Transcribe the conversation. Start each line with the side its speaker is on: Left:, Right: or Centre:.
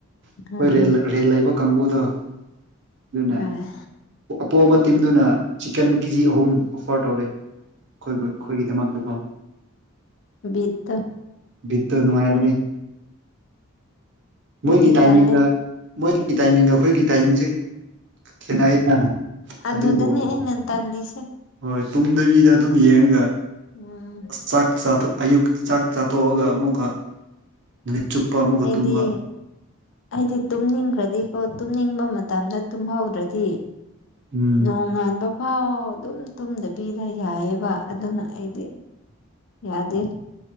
Right: ꯑꯩꯈꯣꯏ
Left: ꯑꯥ
Right: ꯔꯦꯜ ꯂꯩꯕ ꯀꯥꯡꯕꯨꯗꯣ ꯑꯗꯨꯅ
Left: ꯍꯣꯏ
Right: ꯄꯣꯕ ꯇꯤꯝꯗꯨꯅ ꯆꯤꯀꯟ ꯀꯦ ꯖꯤ ꯑꯍꯨꯝ ꯑꯣꯐꯔ ꯇꯧꯔꯦ ꯑꯩꯈꯣꯏ ꯑꯩꯈꯣꯏꯒꯤꯗꯃꯛꯇꯀꯣ
Left: ꯕꯤꯠꯇꯣ
Right: ꯕꯤꯠꯇ ꯅꯨꯡꯉꯥꯏꯕꯅꯤ
Left: ꯑꯩꯗꯤ
Right: ꯃꯣꯏꯒꯤ ꯇꯥꯏꯃꯤꯡꯒ
Left: ꯇꯜꯂꯦ
Right: ꯃꯣꯏꯒꯤ ꯇꯥꯏꯃꯤꯡꯒ ꯑꯩꯈꯣꯏꯒꯤ ꯇꯥꯏꯃꯤꯡꯁꯦ ꯈꯦꯠꯅꯩꯅ
Left: ꯑꯗꯨꯨꯗꯅꯤ
Right: ꯑꯗꯨꯕꯨ
Left: ꯑꯩꯅꯦ ꯇꯜꯂꯤꯁꯦ
Right: ꯍꯣꯏ ꯇꯨꯝꯗꯕꯤꯗ ꯑꯗꯨꯝ ꯌꯦꯡꯉꯒ
Left: ꯎꯝ
Right: ꯆꯥꯛ ꯆꯥꯊꯣꯛ ꯑꯌꯨꯛ ꯆꯥꯛ ꯆꯥ ꯊꯣꯛꯑꯒ ꯑꯃꯨꯛꯀ ꯅꯨꯃꯤꯠ ꯆꯨꯞꯄ ꯑꯃꯨꯛꯀ
Left: ꯑꯩꯗꯤ
Right: ꯇꯨꯝꯕ
Left: ꯑꯩꯗꯤ ꯇꯨꯝꯅꯤꯡꯈ꯭ꯔꯗꯤꯀꯣ ꯇꯨꯝꯅꯤꯡꯕ ꯃꯇꯝꯗ ꯇꯨꯝꯍꯧꯗ꯭ꯔꯗꯤ
Right: ꯎꯝ
Left: ꯅꯣꯡ ꯉꯥꯟꯕ ꯄꯥꯎ ꯑꯗꯨꯝ ꯇꯨꯝꯗꯕꯤꯗ ꯌꯥꯏꯑꯦꯕ ꯑꯗꯨꯅ ꯑꯩꯗꯤ ꯌꯥꯗꯦ